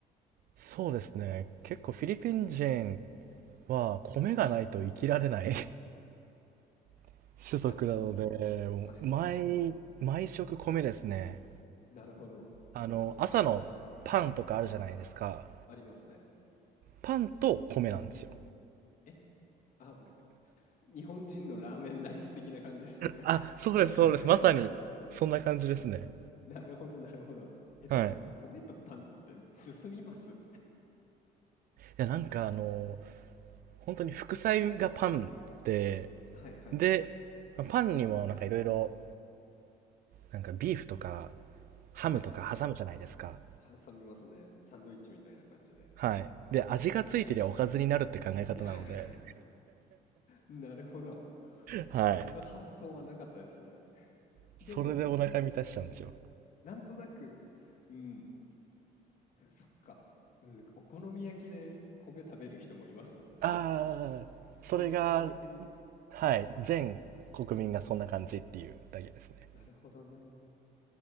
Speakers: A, on the right (about 60°); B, on the left (about 55°).
A: そうですね。結構フィリピン人は米がないと生きられない <laughs> 種族なので、
B: なるほど。
A: もう毎、
B: はいはい。
A: 毎食米ですね。
B: なるほど。
A: あの、
B: あと、
A: 朝のパンとかあるじゃないですか。
B: はい。ありますね。
A: パンと米なんですよ。
B: えあ、日本人のラーメンライス的な感じですかね。
A: あ、
B: <laughs>
A: そうです、そうです。まさに、そんな感じですね。
B: <laughs> なるほど、なるほど。え、でも、
A: はい。
B: こ米とパンって進みます
A: いや、なんかあの、本当に副菜がパンで、
B: はいはい。
A: で、パンにもなんかいろいろ、なんかビーフとかハムとか挟むじゃないですか。
B: はいはい。挟みますね。サンドイッチみたいな感じで。
A: はい。で、味がついてりゃおかずになるって考え方なので、
B: <laughs> なるほど。
A: <laughs> はい。
B: その発想はなかったですね。
A: それでお腹満たしちゃうんですよ。
B: でも、なんとなく、うん、そっか、うん、お好み焼きで米食べる人もいますもんね。
A: ああ、
B: その感覚に、
A: それが、はい、全国民がそんな感じっていうだけですね。
B: なるほどね。